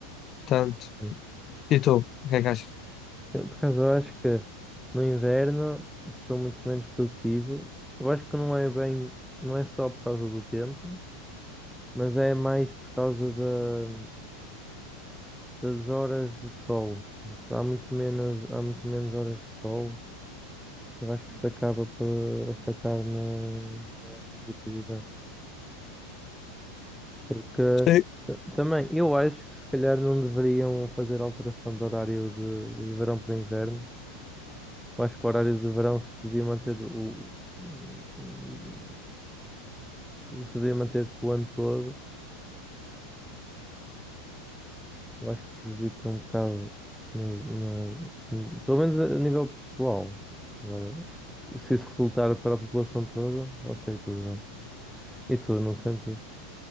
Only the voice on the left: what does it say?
Tanto.
E tu, o que é que achas?
Sim.